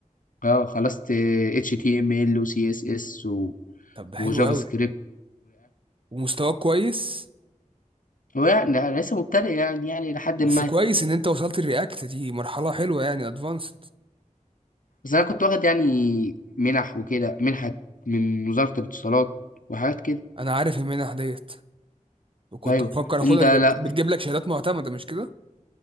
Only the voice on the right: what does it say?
طب ده حلو
قوي
ومستواك كويس
بس
كويس ان انت وصلت الرياكت دي مرحلة حلوة يعني ادفانسد
انا عارف المنح ديت وكنت
بفكر اخدها
دي
بت- بتجيب لك شهادات معتمدة مش كده